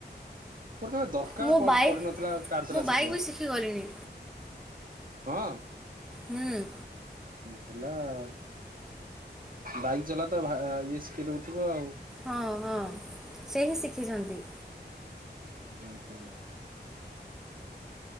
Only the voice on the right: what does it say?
ମୋର କେବେ ଦରକାର
ପଡ
ପଡିିନଥିଲା କାରଚଲା
ଶିଖିବା।
ହଁ।
ହେଲା ଆଉ। ବାଇକ ଚଲା ତ ଭା ଇଏ ସିିକେଇ ଦଉଥିବ ଆଉ?
ଉଁ ହୁଁ।